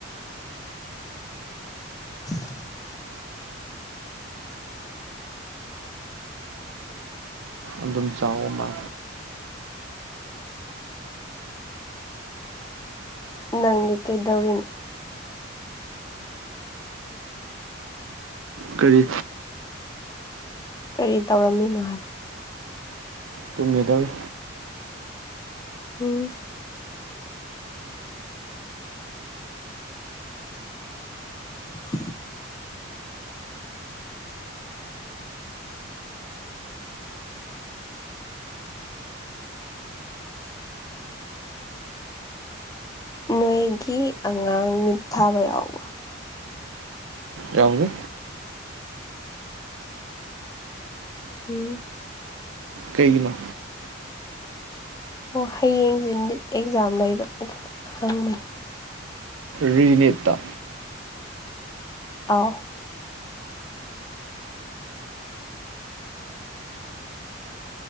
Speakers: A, on the left; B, on the right.
A: <inaudible>
B: ꯑꯗꯨꯝ ꯆꯥꯎ ꯑꯃ
A: ꯅꯪꯗꯤ ꯀꯩꯗꯧꯔꯤꯅꯣ
B: ꯀꯔꯤ
A: ꯀꯔꯤ ꯇꯧꯔꯝꯃꯤꯅꯣ ꯍꯥꯏꯕ
B: ꯇꯨꯡꯒꯤꯗꯧꯔꯦ
A: ꯎꯝ ꯑ <inaudible> ꯅꯣꯏꯒꯤ ꯑꯉꯥꯡ ꯅꯤꯠꯊꯥꯕ ꯌꯥꯎꯕ꯭ꯔꯥ
B: ꯌꯥꯎꯒꯦ
A: ꯎꯝ
B: ꯀꯩꯒꯤꯅꯣ
A: ꯑꯣ ꯍꯌꯦꯡꯁꯤ ꯠ ꯑꯦꯛꯖꯥꯝ ꯂꯩꯕ ꯑꯗꯨꯗ ꯍꯪꯕꯅꯤ
B: ꯔꯤꯅꯤꯇꯥ
A: ꯑꯧ